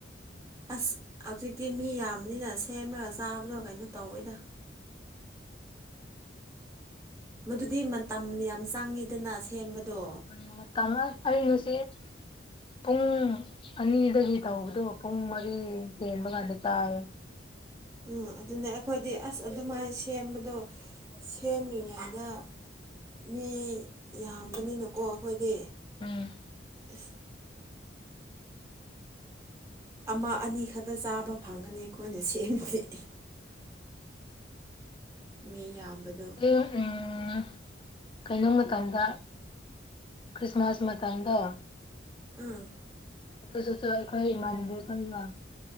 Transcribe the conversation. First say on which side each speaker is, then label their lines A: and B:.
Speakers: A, on the right (about 15°); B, on the left (about 25°).
A: ꯑꯁ ꯍꯧꯖꯤꯛꯇꯤ ꯃꯤ ꯌꯥꯝꯕꯅꯤꯅ ꯁꯦꯝꯃꯒ ꯆꯥꯕꯗꯣ ꯀꯩꯅꯣ ꯇꯧꯋꯦꯗ ꯃꯗꯨꯗꯤ ꯃꯇꯝ ꯌꯥꯝ ꯆꯪꯉꯤꯗꯅ ꯁꯦꯝꯕꯗꯣ
B: <unintelligible> ꯄꯨꯡ ꯑꯅꯤꯗꯒꯤ ꯇꯧꯕꯗꯣ ꯄꯨꯡ ꯃꯔꯤ ꯍꯦꯟꯕ ꯀꯥꯟꯗ ꯇꯥꯈ꯭ꯔꯦ
A: ꯎꯝ ꯑꯗꯨꯅꯦ ꯑꯩꯈꯣꯏꯗꯤ ꯑꯁ ꯑꯗꯨꯃꯥꯏꯅ ꯁꯦꯝꯕꯗꯣ ꯁꯦꯝꯔꯤꯉꯩꯗ ꯃꯤ ꯌꯥꯝꯕꯅꯤꯅꯀꯣ ꯑꯩꯈꯣꯏꯗꯤ
B: ꯎꯝ
A: ꯑꯁ ꯑꯃ ꯑꯅꯤ ꯈꯛꯇ ꯆꯥꯕ ꯐꯪꯒꯅꯤ ꯑꯩꯈꯣꯏꯅ ꯁꯦꯝꯕꯗꯤ ꯃꯤ ꯌꯥꯝꯕꯅꯤ
B: ꯑꯩ ꯎꯝ ꯀꯩꯅꯣ ꯃꯇꯝꯗ ꯀ꯭ꯔꯤꯁꯃꯥꯁ ꯃꯇꯝꯗꯣ
A: ꯑꯝ
B: <unintelligible> ꯑꯩꯈꯣꯢ ꯢꯃꯥꯟꯅꯕꯤ ꯈꯣꯢꯒ